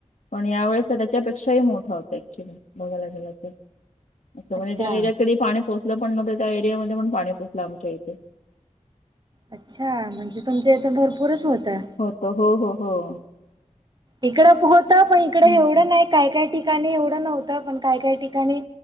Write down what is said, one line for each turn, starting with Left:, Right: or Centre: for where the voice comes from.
Left: पण या वेळेस त्याच्यापेक्षाही मोठा होता. ॲक्चुली बघायला गेलं तर. असं म्हणजे
Right: अच्छा
Left: ज्या एरियात कधी पाणी पोचलं पण नव्हतं त्या एरियामध्ये पण पाणी पोचलं आमच्या इथे.
Right: अच्छा! म्हणजे तुमच्या इथं भरपूरच होतं.
Left: होत. हो, हो, हो.
Right: इकडं प होत पण इकड
Left: हम्म.
Right: एवढं नाही. काय काय ठिकाणी एवढं नव्हतं. पण काय काय ठिकाणी